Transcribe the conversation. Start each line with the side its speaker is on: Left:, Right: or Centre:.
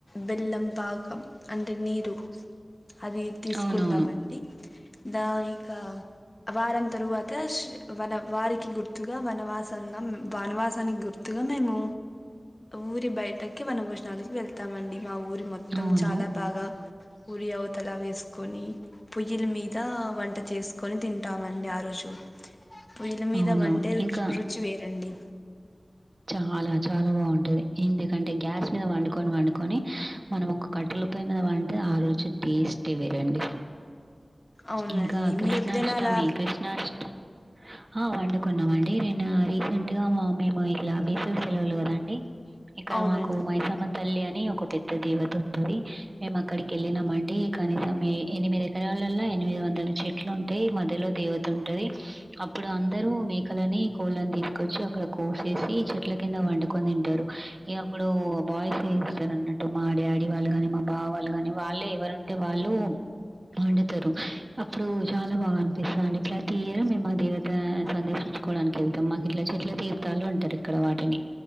Left: బెల్లం పాకం అంటే నీరు అది తీస్కుంటామండి
Right: అవునవును.
Left: దా ఇకా వారం తరువాత వనం వారికి గుర్తుగా వనవాసంగా వనవాసానికి గుర్తుగా మేము ఊరి బయటకి వన భోజనాలకి వెళ్తామండి. మా ఊరి మొత్తం
Right: అవును.
Left: చాలా బాగా ఊరి అవతల వేస్కోని పొయ్యిల్ మీదా వంట చేసుకొని తింటామండి ఆ రోజు పొయ్యిల మీద
Right: అవును.
Left: వంటే రుచ్
Right: ఇంకా
Left: రుచి వేరండి.
Right: చాలా చాలా బాగుంటది ఎందుకంటే గ్యాస్ మీద వండుకోన్ వండుకోని మనం ఒక కట్ట ల పొయ్యి మీద వంటే ఆ రోజు టేస్టే వేరండి.
Left: అవునండి
Right: ఇంకా కృష్ణాష్టమి
Left: మీరు ఎప్పుడైనా అలా
Right: కృష్ణాష్ట్ ఆ వండుకున్నామండి నిన్న రీసెంట్గా మా అమ్మెమో ఇ లా వేసవి సెలవులు గదండి ఇక్కడ
Left: అవునండి
Right: మాకు మైసమ్మ తల్లి అన్ నీ ఒక పెద్ద దేవతుంటది. మేం అక్కడికి ఎళ్ళినం అండి కనీసం ఏ ఎనిమిది ఎకరాలల్ల ఎనిమిది వందల చెట్లుంటయి మధ్యలో దేవత ఉంటది. అప్పుడు అందరూ మేకలని, కోళ్ళన్ తీస్కచ్చి అక్కడ కోస్ సేసి చెట్ల కింద వండుకోన్ తింటరు. ఇగ అప్పుడూ బాయ్స్ చేస్తర్ అన్నట్టు మా డాడీ వా వాళ్ళు గాని మా బావ వాళ్ళు గాని వాళ్ళే ఎవరుంటే వాళ్ళు వండుతరు అప్పుడు చాలా బాగా అనిపిస్తదండి ప్రతి ఇయర్ మేమా దేవతా సందర్శిం చుకోవడానికెళ్తాం మాక్ ఇట్లా చెట్ల తీర్ తాలు అంటర్ ఇక్కడ వాటిని